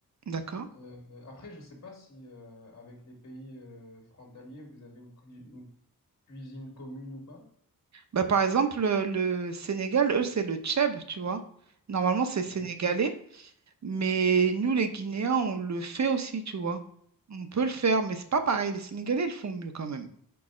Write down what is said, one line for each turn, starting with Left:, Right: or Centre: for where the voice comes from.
Right: d'accord.
Left: Euh, après, je sais pas si euh, avec les pays euh, frontaliers, vous avez une, cui- une cuisine commune ou pas.
Right: Bah, par exemple, le le Sénégal, eux, c'est le tchèb, tu vois. Normalement, c'est sénégalais,
Left: Ouais,
Right: mais nous, les Guinéens, on le fait aussi, tu vois. On peut le faire, mais c'est pas pareil. Les Sénégalais, ils le font mieux quand même.